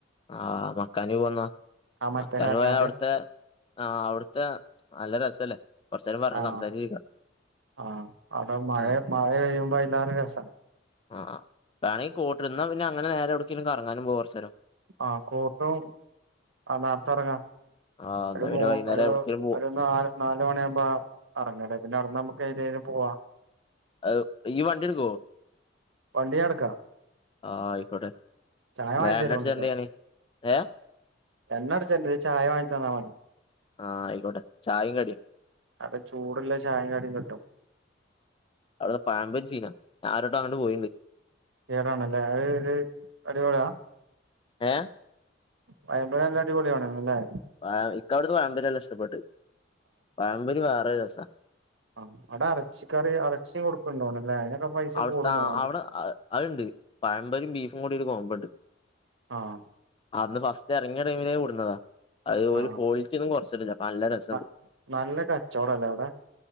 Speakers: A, on the left; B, on the right.
A: ആഹ് മക്കാനി പോവന്ന
B: ആ മറ്റേ
A: മക്കാനി
B: കാക്കാന്റെ
A: പോയ അവിട്ത്തെ ആ അവിട്ത്തെ നല്ല രസല്ലേ കൊറച്ചേരം പറഞ്ഞ്
B: ആഹ്
A: സംസാരിച്ചിരിക്കാം
B: ആ അവിടെ മഴ
A: ആഹ്
B: മഴ പെയ്യുമ്പോ അയിലേറെ രസ
A: ആ വേണെങ്കിൽ കോട്ട്ട് ഇന്നാപിന്നെ അങ്ങന്നെ നേരെ എവ്ട്ക്കെകിലും കറങ്ങാനും പോവകൊർചേരം
B: ആഹ് കോട്ടും ആ നേർത്തെ എറങ്ങ
A: ആഹ്
B: ഒരു
A: എന്നാ
B: മൂ
A: പിന്നെ വൈന്നേരം
B: ഒരു
A: എവിടേക്കേലും പോവാ
B: ഒര് നാല് നാല് മണിയാകുമ്പോ അറങ്ങലെ പിന്നെ അവിട്ന്ന് അമ്മക്ക് എയിലെകിലും പോവാ
A: അത് ഇയ്യ് വണ്ടിട്ക്കോ?
B: വണ്ടി ഞാൻ ഇട്ക്ക
A: ആഹ് ആയിക്കോട്ടെ
B: ചായ
A: ഇന്ന
B: വാങ്ങിച്ച്
A: എണ്ണടിച്ച്
B: തരുവോണ്ടിട്ടോ
A: തരണ്ട് ഞാന് ഏ
B: എണ്ണ അടിച്ചണ്ട ഇജ് ചായ വാങ്ങിച്ചെന്നാ മതി
A: ആഹ് ആയിക്കോട്ടെ ചായേം കടീം
B: അവ്ടെ ചൂട്ള്ള ചായിം കടിം കിട്ടും
A: അവ്ട്ത്തെ പയമ്പൊരി സീന ഞാ ഒരട്ടം അങ്ങട്ട് പോയിണ്ട്
B: കേറണല്ലേ അത് ഒര് അടിപൊളിയാ
A: ഏ
B: പയംമ്പൊരി നല്ല അടിപൊളിയാണ് ന്ന്ല്ലേ
A: പയം ഇക്ക അവ്ട്ത്തെ പയംമ്പൊരി നല്ല ഇഷ്ടപ്പെട്ട് പയംമ്പൊരി വേറൊര് രെസ
B: ആ അവിടെറച്ചിക്കറി അർച്ചിം കൊട്ക്ക്ണ്ടോണ്ല്ലേ അതിനൊക്കെ പൈസ
A: അവിട്ത്തെ
B: കൂടും
A: ആ
B: തോന്നല്ലേ
A: അവിടെ അത്ണ്ട് പയംമ്പരിം ബീഫും കൂടി ഒരു കോമ്പ ഇണ്ട്
B: ആഹ്
A: അന്ന് ഫസ്റ്റ് എറങ്ങിയ ടൈമിലേ കൊട്ന്നതാ അത് ഓല്
B: ആഹ്
A: ക്വാളിറ്റി ഒന്നും കൊറചിട്ടില്ല നല്ലരസണ്ട്.
B: ന- നല്ല കച്ചവടല്ലേ അവിടെ